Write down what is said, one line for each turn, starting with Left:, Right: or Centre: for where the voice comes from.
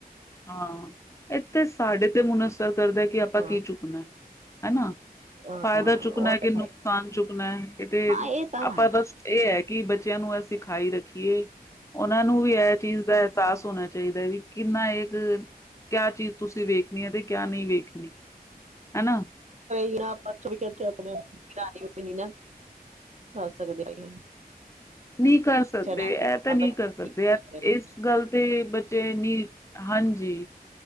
Left: ਹਾਂ, ਏਥੇ ਸਾਡੇ ਤੇ ਮੁਨਸਬ ਕਰਦੈ ਕਿ ਅਪਾਂ
Right: ਹਾਂ
Left: ਕੀ ਚੁੱਕਣੈ ਹੈਨਾ,
Right: ਹਾਂ
Left: ਫਾਇਦਾ ਚੁੱਕਣਾ
Right: ਉਹ
Left: ਏ, ਕੇ
Right: ਤਾਂ
Left: ਨੁਕਸਾਨ
Right: ਹੈ
Left: ਚੁੱਕਣੈ, ਇਹ ਤੇ
Right: ਹਾਂ ਇਹ ਤਾਂ
Left: ਆਪਾਂ
Right: ਹੈ।
Left: ਬਸ ਏਹ ਹੈ ਕਿ ਬੱਚ ਚੈ ਨੂ ਅਸ ਸਿਖਾਈ ਰੱਖੀਏ ਔੰਨਾਂ ਨੂੰ ਵੀ, ਐ ਚੀਜ਼ ਦਾ ਅਹਸਾਸ ਹੋਣਾ ਚਾਈਦਾ ਵੀ ਕਿੰਨਾ ਏ। ਤ ਕਿਆ ਚੀਜ਼ ਤੁਸੀਂ ਵੇਖਣੀ ਐ ਤੇ, ਕਿਆ ਨਹੀਂ ਵੇਖਣੀ ਹੈਨਾ।
Right: ਬਿਨਾਂ ਬਾਦ ਚਵੀ ਕੈਦੇ ਆਪਣੈ ਫਿਰਾਣੀ ਔ ਪੀਣੀ ਨਾ, ਕਰ ਸਕਦੇ ਨਹੀਂ।
Left: ਨੀਂ ਕਰ ਸਕਦੇ
Right: ਹੈ
Left: ਐ ਤੇ, ਨ੍ਹੀਂ ਕਰ ਸਕਦੇ ਐ ਏਸ ਗੱਲ ਤੇ ਬੱਚੇ ਨੀ ਹਾਂਜੀ।